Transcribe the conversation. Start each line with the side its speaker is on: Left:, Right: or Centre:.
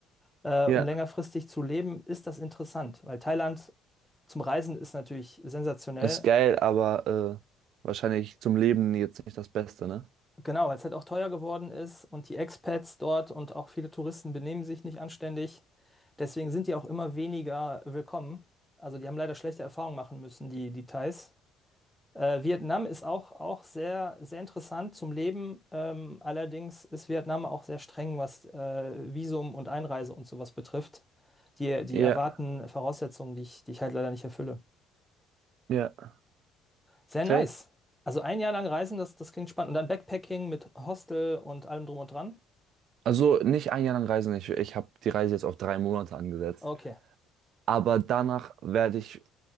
Centre: Äh,
Right: ja.
Centre: um längerfristig zu leben, ist das interessant, weil Thailand zum Reisen ist natürlich sensationell.
Right: Ist geil, aber äh, wahrscheinlich zum Leben jetzt nicht das Beste, ne?
Centre: Genau, weil es halt auch teuer geworden ist und die Expats dort und auch viele Touristen benehmen sich nicht anständig. Deswegen sind die auch immer weniger willkommen. Also die haben leider schlechte Erfahrungen machen müssen, die, die Thais. Äh, Vietnam ist auch, auch sehr, sehr interessant zum Leben. Ähm, allerdings ist Vietnam auch sehr streng, was äh, Visum und Einreise und sowas betrifft. Die, die
Right: Ja,
Centre: erwarten Voraussetzungen, die ich, die ich halt leider nicht erfülle.
Right: ja,
Centre: Sehr
Right: safe.
Centre: nice. Also ein Jahr lang reisen, das, das klingt spannend. Und dann Backpacking mit Hostel und allem drum und dran.
Right: Also nicht ein Jahr lang reisen. Ich, ich habe die Reise jetzt auf drei Monate angesetzt.
Centre: Okay,
Right: Aber danach werde ich,